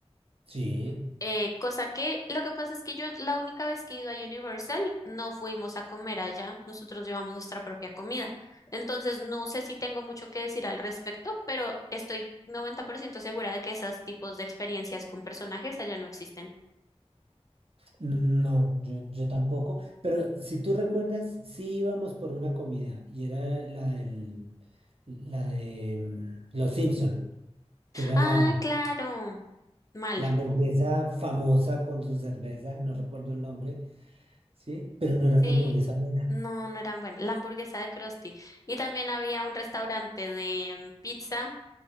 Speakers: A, on the right (about 60°); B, on the left (about 30°).
A: sí,
B: Eh, cosa que lo que pasa es que yo la única vez que he ido a Universal no fuimos a comer allá, nosotros llevamos nuestra propia comida. Entonces no sé si tengo mucho que decir al respecto, pero estoy 90% segura de que esos tipos de experiencias con personajes allá no existen.
A: no, yo, yo tampoco, pero si tú recuerdas, sí íbamos por una comida y era la del, la de mm, Los Simpson, que era
B: Ah,
A: la...
B: claro, mala,
A: La hamburguesa famosa con su cerveza, no recuerdo el nombre, ¿sí? Pero no era
B: sí,
A: una hamburguesa buena.
B: no, no eran buenas. La hamburguesa de Krusty. Y también había un restaurante de mm, pizza